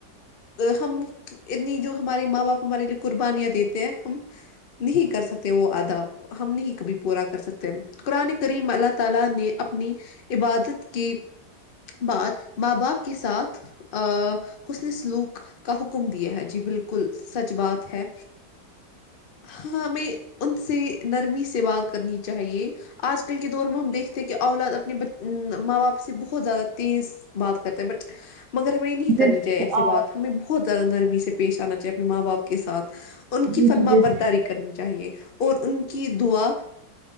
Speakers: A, on the left; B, on the right.
A: ہم اتنی جو ہماری ماں باپ ہمارے لیے قربانیاں دیتے ہیں ہم نہیں کر سکتے وہ ادا ہم نہیں کبھی پورا کر سکتے قرآن کریم اللہ تعالی نے اپنی عبادت کے بعد ماں باپ کے ساتھ ا حسن سلوک کا حکم دیا ہے جی بالکل سچ بات ہے ہاں ہمیں ان سے نرمی سے بات کرنی چاہیے آج کل کے دور میں ہم دیکھتے کہ اولاد اپنے ماں باپ سے بہت زیادہ تیز بات کرتے ہیں بٹ مگر ہمیں نہیں
B: جیسے
A: کرنی چاہیے
B: کہ
A: ایسے
B: آپ
A: بات ہمیں بہت زیادہ نرمی سے پیش آنا چاہی اپ ماں باپ کےاتھ ان کی
B: جی
A: فرما
B: جی جیسے
A: برداری
B: کہ
A: کرنی چاہیے اور ان کی دعا